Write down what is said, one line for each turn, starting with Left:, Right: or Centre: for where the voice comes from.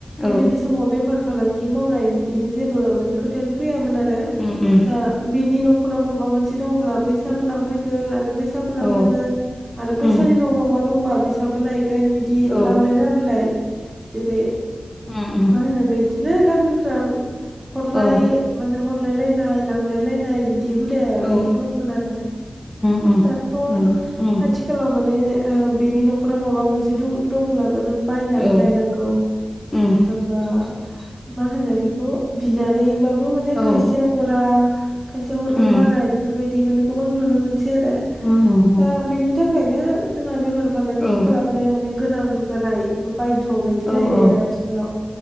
Left: औ
Right: गोदोनि समाव बेफार फालांगि मावनाय बिदिनि जेबो माने खोथायानो फैयामोन आरो
Left: उम उम
Right: दा बेनि न'खराव माबा मोनसे दङब्ला बैसाबो लांफैगोन आरो बैसाबो लांफैगोन
Left: औ
Right: आरो बैसानि
Left: उम
Right: उनाव माबा दंबा बेैसाबो लायगोन बिदि
Left: औ
Right: लांलाय लाबोलाय जेरै
Left: उम उम
Right: मा होनो बिदिनो गामिफ्रा हरलाय
Left: औ
Right: माने हरलायलाय नाय लांलायलाय नाय बिदि बिदि हुदाया
Left: औ
Right: माने दंमोन आरो
Left: उम उम
Right: दाथ'
Left: नंगौ उम
Right: आथिखालाव माने बेनि न'खराव माबा मोनसे दंब्लाबो नों बायनानै
Left: औ
Right: लायनांगौ
Left: उम
Right: बा मा होनो बेखौ बिनानैबाबो माने
Left: औ
Right: खायसेया हरा खायसेया हरनो
Left: उम
Right: बानाय बेफोरबायदि माने गोबां नुनो मोनसै आरो
Left: ओ नंगौ
Right: दा बेनि थाखायनो जोंहा बेफार फालांगि
Left: औ
Right: खालामनो माने गोनां जानाय बा बायध' बायदि जाहैबाय
Left: औ औ
Right: आरो आथिखालाव